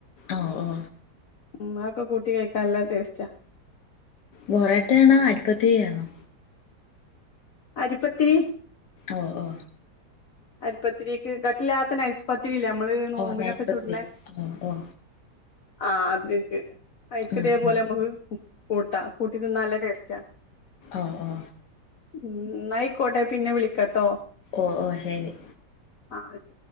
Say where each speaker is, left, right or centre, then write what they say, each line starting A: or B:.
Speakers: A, on the left; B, on the left.
A: ഓ ഓ
B: ഉം ആക്കോ കൂട്ടി കഴിക്കാൻ നല്ല ടെസ്റ്റാ.
A: ബൊറാട്ട ആണോ അരി പത്തിരി ആണോ?
B: അരിപ്പത്തിരി
A: ഓ ഓ
B: അരിപ്പത്തിരിക്ക് കട്ടില്ലാത്ത നൈസ് പത്തിരില്ലേ നമ്മൾ നോമ്പിനൊക്കെ
A: ഓ നൈസ് പത്തിരി
B: ചൂട്ണേ
A: ഓ ഓ
B: ആ അത്ക്ക് ഐക്ക്
A: ഉം
B: ദേ പോലെ
A: ഉം
B: നമ്മൾ കു കൂട്ടാ കൂട്ടി തിന്നാൻ നല്ല ടേസ്റ്റാ
A: ഓ ഓ
B: ഉം ന്നയിക്കോട്ടെ പിന്നെ വിളിക്കട്ടോ.
A: ഓ ഓ ശരി
B: ആഹ്